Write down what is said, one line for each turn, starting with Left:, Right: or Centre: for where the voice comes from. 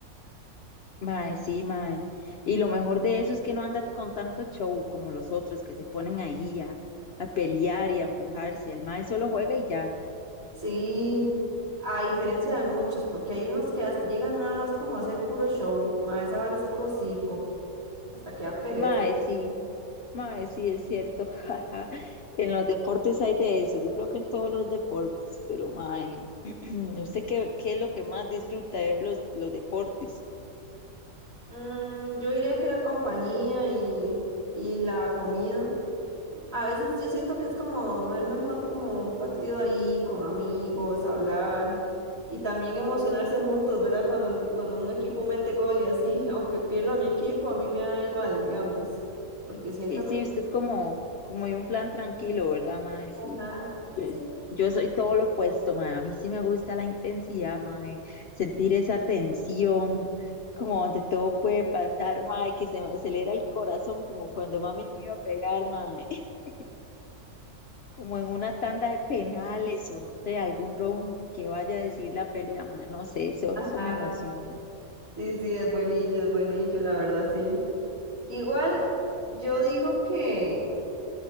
Left: Mae, sí, mae. Y lo mejor de eso es que no anda con tanto show como los otros que se ponen ahí a, a pelear y a empujarse. El mae solo juega y ya.
Right: Sí, a diferencia de muchos, porque hay unos que as- llegan nada más como a hacer puro show, ma, esa vara es puro circo, hasta que da pereza.
Left: Mae, sí. Mae, sí, es cierto. <laughs> jaja. En los deportes hay de eso. Yo creo que en todos los deportes, pero mae, <clears throat> ¿usted qué, qué es lo que más disfruta de los, los deportes?
Right: Mm, yo diría que la compañía y, y la comida, a veces yo siento que es como ver mejor como un partido ahí con amigos, hablar y también emocionarse juntos, ¿verdad? Cuando, cuando un equipo mete gol y así, <laughs> aunque pierda mi equipo, a mí me da igual, digamos, porque siento
Left: Sí, sí,
Right: como...
Left: usted es como, como de un plan tranquilo, ¿verdad, mae? Sí.
Right: Ajá,
Left: Yo,
Right: sí.
Left: yo soy todo lo opuesto, mae. A mí sí me gusta la intensidad, mae. Sentir esa tensión, como donde todo puede pasar, mae, que se me acelera el corazón, como cuando mami me iba a pegar, mae. <laughs> Como en una tanda de penales o no sé, algún round que vaya a decir la pelea, mae. No sé, eso,
Right: Ajá.
Left: eso me emociona.
Right: Sí, sí, es buenillo, es buenillo, la verdad, sí. Igual, yo digo que,